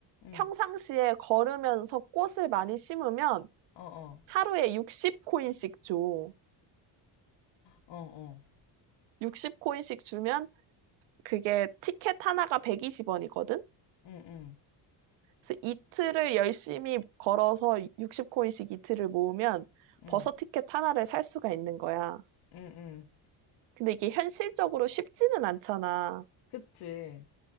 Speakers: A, on the left (about 60°); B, on the right (about 85°).
A: 응,
B: 평상시에 걸으면서 꽃을 많이 심으면
A: 어, 어,
B: 하루에 60코인씩 줘.
A: 어, 어.
B: 60코인씩 주면 그게 티켓 하나가 120원이거든?
A: 응, 응,
B: 그래서 이틀을 열심히 걸어서 60코인씩 이틀을 모으면
A: 응,
B: 버서 티켓 하나를 살 수가 있는 거야.
A: 응, 응.
B: 근데 이게 현실적으로 쉽지는 않잖아.
A: 그치.